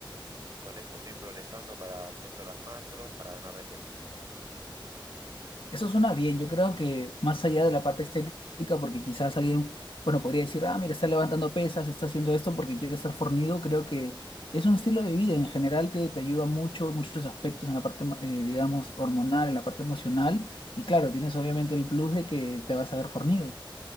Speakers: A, on the right; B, on the left.
A: y con eso estoy progresando para, cuento las macros, para ganar de peso.
B: Eso suena bien, yo creo que más allá de la parte estética, porque quizás alguien, bueno, podría decir, ah, mira, está levantando pesas, está haciendo esto porque quiere estar fornido, creo que es un estilo de vida, en general te, te ayuda mucho, muchos aspectos en la parte, emo- eh, digamos, hormonal, en la parte emocional, y claro, tienes obviamente el plus de que te vas a ver fornido.